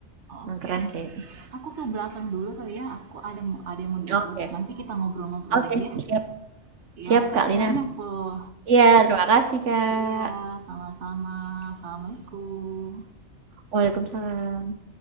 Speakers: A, on the right (about 80°); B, on the right (about 70°).
A: emang
B: oke
A: keren sih itu.
B: aku ke belakang dulu kali ya aku ada ada yang mau diurus
A: Oke,
B: nanti kita ngobrol-ngobrol
A: oke,
B: lagi ya
A: siap
B: iya
A: siap
B: makasih
A: Kak Lina.
B: banyak loh
A: Iya, terima kasih Kak.
B: iya sama-sama assalamualaikum
A: Waalaikumsalam.